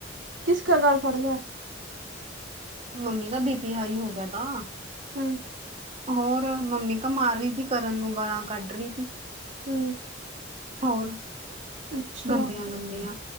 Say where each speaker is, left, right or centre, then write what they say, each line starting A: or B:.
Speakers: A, on the right; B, on the right.
A: ਕਿਸ ਕਾ ਗੱਲ ਫੜ ਲੈਆ
B: ਮੰਮੀ ਦਾ ਬੀਪੀ ਹ ਹੀ ਹੋ ਗਿਆ ਤਾ
A: ਹਮ
B: ਹੋਰ ਮੰਮੀ ਕ ਮਾਰ ਰਹੀ ਸੀ ਕਰਨ ਨੂੰ ਗਾਲਾਂ ਕੱਢ ਰਹੀ ਸੀ
A: ਹੂੰ।
B: ਹੋਰ
A: ਅੱਛਾ,
B: ਗੰਦੀਆਂ ਗੰਦੀਆਂ